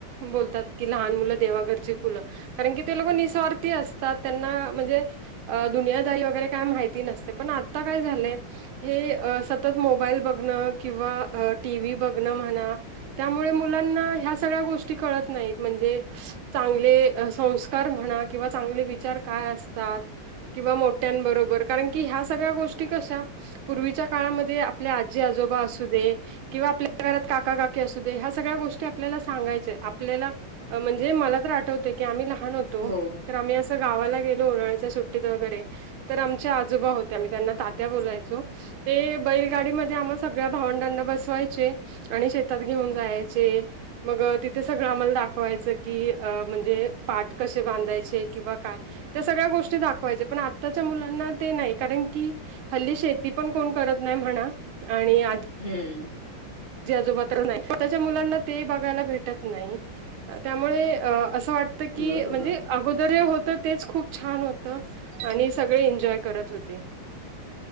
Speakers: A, on the right (about 85°); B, on the left (about 45°).
A: बोलतात की लहान मुलं देवाघरची फुलं कारण की ते लोक निःस्वार्थी असतात. त्यांना म्हणजे अ दुनियादारी वगैरे काय माहिती नसते पण आता काय झालंय हे सतत मोबाईल बघणं किंवा टीव्ही बघणं म्हणा त्यामुळे मुलांना ह्या सगळ्या गोष्टी कळत नायत. म्हणजे चांगले संस्कार म्हणा किंवा चांगले विचार काय असतात. किंवा मोठ्यांबरोबर कारण की ह्या सगळ्या गोष्टी कशा पूर्वीच्या काळामध्ये आपले आजी आजोबा असूदे किंवा आपल्या घरात काका काकी आसूदे ह्या सगळ्या गोष्टी आपल्याला सांगायचय आपल्याला म्हणजे मला तर आठवतं की आम्ही लहान होतो
B: हो
A: तर आम्ही अस गावाला गेलो उन्हा्याच्या सुट्टीत वगैरे तर आमच्या आजोबा होते आम्ही त्यांना तात्या बोलायचो. ते बैलगाडीमध्ये आम्हा सगळ्या भावंडांना बसवायचे. आणि शेतात घेऊन जायचे. मग तिथे सगळं आम्हाला दाखवायचं की म्हणजे पाठ कशे बांधायचे किंवा काय त्या सगळ्या गोष्टी दाखवायचे पण आत्ताच्या मुलांना ते नाय. कारण की हल्ली शेती पण कोण करत नाय म्हणा. आणि आज
B: हम्म.
A: जी आजोबा तर नाय. स्वतःच्या मुलांना ते बघायला भेटत नाय त्यामुळे असं वाट त की
B: बरोबर.
A: म्हणजे गोदरे जे होत तेच खूप छान होत आणि सगळे एन्जॉय करत होते.